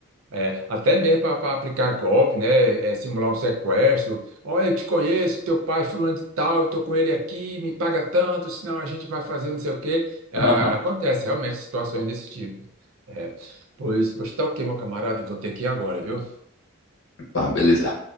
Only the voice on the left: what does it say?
Aham.
Tá, beleza.